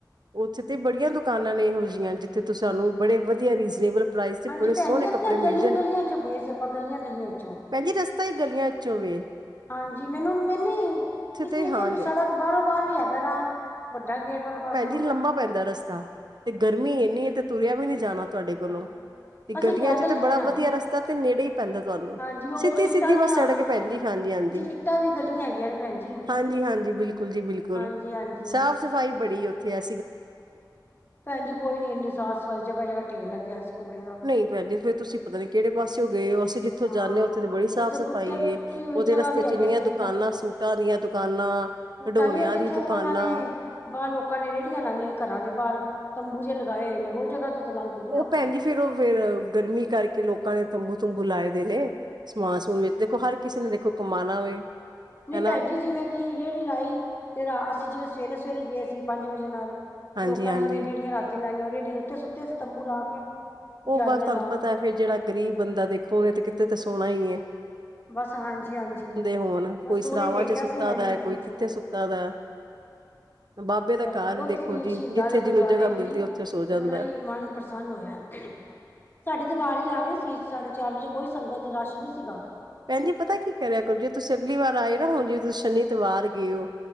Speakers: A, on the right; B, on the left.
A: ਉੱਥੇ ਤੇ ਬੜੀਆਂ ਦੁਕਾਨਾਂ ਨੇ ਇਹੋ ਜਿੱਥੇ ਤੁੰ ਸਾਨੂੰ ਬੜੇ ਵਧੀਆ ਰੀਜ਼ਨੇਬਲ ਪ੍ਰਾਈਸ ਤੇ
B: ਹਾਂਜੀ,
A: ਬੜੇ ਸੋਹਣੇ
B: ਭੈਣ ਜੀ ਅਸੀਂ
A: ਕੱਪੜੇ
B: ਨਾ
A: ਮਿਲ
B: ਗਲੀਆਂ-ਗਲੀਆਂ ਚੋਂ ਗਏ ਸੀ ਆਪਾਂ ਗਲੀਆਂ-ਗਲੀਆਂ ਚੋਂ।
A: ਭੈਦੀ ਰਸਤਾ ਹੀ ਗਲੀਆਂ ਚੋਂ ਵਵੇ।
B: ਹਾਂਜੀ ਮੈਨੂੰ ਮੈਨੇ ਕਿਸੀ
A: ਤੇ
B: ਨੇ
A: ਹਾਂ
B: ਕਿਹਾ ਵੀ ਸੜਕ ਬਾਹਰੋਂ ਬਾਹਰ ਵੀ ਹੈਗਾ ਰਾਹ। ਵੱਡਾ ਗੇਟ ਵਾਲੇ ਪਾਸ
A: ਹ ਜੀ ਲੰਬਾ ਪੈਂਦਾ ਰਸਤਾ ਤੇ ਗਰਮੀ ਇੰਨੀ ਤੇ ਤੁਰਿਆ ਵੀ ਨਹੀ ਜਾਣਾ ਤੁਹਾਡੇ ਕੋਲੋਂ।
B: ਹਾਂਜੀ
A: ਤੇ
B: ਅਸੀਂ
A: ਗਲੀਆਂ
B: ਪੈਦਲ
A: ਚ ਤੇ
B: ਗਏ
A: ਬੜਾ
B: ਹਾਂ
A: ਵਧੀਆ ਰਸਤਾ ਤੇ ਨੇੜੇ ਹੀ ਪੈਂਦਾ ਤੁਹਾਨੂੰ
B: ਹਾਂਜੀ ਉਹ
A: ਸਿੱਧੀ
B: ਇੱਟਾਂ
A: ਸਿੱਧੀ
B: ਦੀਆਂ
A: ਬੱਸ ਸੜਕ ਪੈਦੀ ਹਾਂਜੀ।
B: ਇੱਟਾਂ ਦੀ ਗਲੀਆਂ ਹੈਗੀਆਂ ਨੇ ਭੈਣ ਜੀ
A: ਹਾਂਜੀ ਹਾਂਜੀ ਬਿਲਕੁਲ ਜੀ ਬਿਲਕੁਲ
B: ਹਾਂਜੀ ਹਾਂਜੀ
A: ਸਾਫ਼ ਸਫ਼ਾਈ ਬੜੀ ਉੱਥੇ ਅਸੀਂ
B: ਭੈਣ ਜੀ ਕੋਈ ਨੀ ਇੰਨੀ ਸਾਫ਼ ਸਫ਼ਾਈ ਜਗ੍ਹਾ ਜਗ੍ਹਾ ਢੇਰ ਲੱਗਿਆ ਸੀ। ਕੂੜੇ ਦਾ
A: ਨਹੀਂ ਪੈਣ ਦੀ ਫੇਰ ਤੁਸੀਂ ਪਤਾ ਨੀ ਕਿਹੜੇ ਪਾਸੇਓ ਗਏ ਹੋ ਸੀਂ ਜਿੱਥੋਂ
B: ਹਾਂ
A: ਜਾਂਦੇ ਹੋ ਉੱਥੇ ਤੇ ਬੜੀ ਸਾਫ਼
B: ਉੱਥੇ
A: ਸਫ਼ਾਈ
B: ਟੁੱਟੇ ਟੁੱਟੀ
A: ਏ
B: ਹੋਈ
A: ਉਥਦੇ
B: ਜਗ੍ਹਾ
A: ਰਸਤੇ
B: ਵੀ
A: ਚ
B: ਹੈਗੀਆਂ
A: ਇੰਨੀਆਂ
B: ਸੀ
A: ਦੁਕਾਨਾਂ ਸੂਟਾਂ ਦੀਆਂ ਦੁਕਾਨਾਂ। ਖਿਡੌਣਿਆਂ
B: ਟ ਲਈਏ ਜਿੱਥੇ
A: ਦੀ ਦੁਕਾਨਾਂ
B: ਉਹਨਾਂ ਨੇ ਬਾਹਰ ਲੋਕਾਂ ਨੇ ਰੇਹੜੀਆਂ ਲਾਈਆਂ ਘਰਾਂ ਦੇ ਬਾਹਰ ਤੰਬੂ ਜੇ ਲਗਾਏ ਹੋਏ ਨੇ ਉਹ ਜਗ੍ਹਾ ਤੋਂ। ਤਾਂ ਲੰਘ ਗਏ
A: ਉਹ
B: ਆਪਾਂ
A: ਭੈਣ ਜੀ ਫੇਰ ਉਹ ਫੇਰ ਗਰਮੀ ਕਰਕੇ ਲੋਕਾਂ ਨੇ ਤੰਬੂ-ਤੁੰਬੂ ਲਾਏ ਦੇ ਨੇ ਸਮਾਨ ਸਮੂਨ
B: ਹਾਂਜੀ
A: ਵਿੱਚ ਦੇਖੋ ਹਰ ਕਿਸੇ ਨੇ ਦੇਖੋ ਕਮਾਉਣਾ
B: ਹਾਂ
A: ਵੇ।
B: ਨਹੀਂ
A: ਹਨਾ
B: ਭੈਣ ਜੀ ਜਿਵੇਂ ਕਿ ਰੇਹੜੀ ਲਾਈ ਤੇ ਅਸੀਂ ਜਿਵੇਂ ਸਵੇਰੇ ਸਵੇਰੇ ਗਏ ਸੀ ਪੰਜ ਵਜੇ ਨਾਲ
A: ਹਾਂਜੀ
B: ਲੋਕਾਂ
A: ਹਾਂਜੀ।
B: ਨੇ ਜਿਵੇਂ ਜੇਹੜੀਆਂ ਰਾਤੀ ਆਂੜੀਆਂ ਉੱਤੇ ਸੁੱਤੇ ਸੀ ਤੰਬੂ ਲਾ ਕੇ ਜਾਲੀਆਂ
A: ਉਹ ਬਸ ਤੁਹਾਨੂੰ
B: ਲਾ
A: ਪਤਾ
B: ਕੇ
A: ਫੇਰ ਜਿਹੜਾ ਗ਼ਰੀਬ ਬੰਦਾ ਦੇਖੋ ਉਹਨੇ
B: ਹਾਂਜੀ
A: ਤੇ ਕਿਤੇ ਤਾਂ ਸੋਣਾ ਹੀ ਐ।
B: ਬਸ ਹਾਂਜੀ-ਹਾਂਜੀ
A: ਹੋਣ
B: ਬਸ
A: ਕੋਈ ਸਰਾਵਾਂ
B: ਉਹੀ ਦੇਖਿਆ
A: ਚ ਸੁੱਤਾ
B: ਸੀ ਮੈਂ
A: ਦਾ ਹੈ,
B: ਹਾਂਜੀ।
A: ਕੋਈ ਕਿੱਥੇ ਸੁੱਤਾ ਦਾ। ਹੈ। ਬਾਬੇ ਦਾ
B: ਬਾਕੀ
A: ਘਰ
B: ਉੱਥੇ
A: ਦੇਖੋ
B: ਵੀ
A: ਜੀ
B: ਸ਼ਹੀਦਾਂ
A: ਜਿੱਥੇ
B: ਦੇ ਗੁਰਦੁਆਰੇ
A: ਜਿਹਨੂੰ ਜਗ੍ਹਾ ਮਿਲਦੀ
B: ਵੀ
A: ਉੱਥੇ ਸੋ ਜਾਂਦਾ।
B: ਬੜਾ ਹੀ ਮਨ ਪ੍ਰਸੰਨ ਹੋਇਆ। ਸਾਡੇ ਦੀ ਬਾਰ ਹੀ ਆ ਗਏ ਸੀ ਸਾਢੇ ਚਾਰ ਵਜੇ ਕੋਈ ਸੰਗਤ ਰਸ਼ ਨਹੀਂ ਸੀਗਾ।
A: ਭੈਣ ਜੀ ਪਤਾ ਕੀ ਕਰਿਆ ਕਰੋ ਜੇ ਤੁਸੀਂ ਅਗਲੀ ਵਾਰ ਆਏ ਨਾ ਹੁਣ ਜੇ ਤੁਸੀਂ ਸ਼ਨੀ ਐਤਵਾਰ ਗਏ ਹੋ